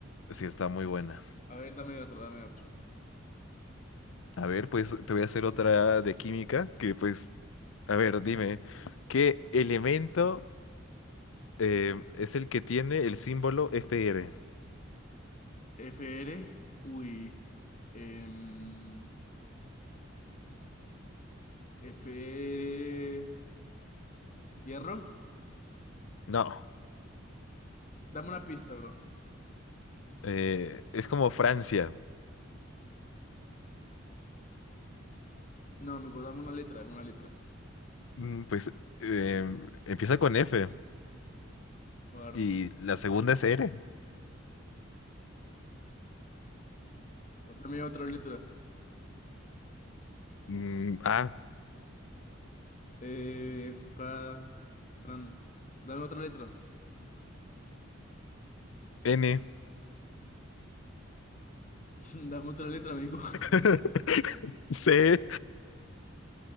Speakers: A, on the left (about 75°); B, on the left (about 40°).
A: Sí, está muy buena.
B: A ver, dame otro, dame otro.
A: A ver, pues te voy a hacer otra de química que pues A ver, dime, ¿qué elemento eh, es el que tiene el símbolo F R.
B: FR, uy. em, FR, hierro.
A: No,
B: Dame una pista, bro.
A: eh, es como Francia.
B: No, amigo, dame una letra, dame una letra.
A: Mm, Pues eh, empieza con F
B: Far...
A: y la segunda es R.
B: Dame otra letra.
A: Mm, A,
B: Eh, fra... Fran. Dame otra letra.
A: N,
B: <laughs> Dame otra letra, amigo. <laughs>
A: <laughs> C,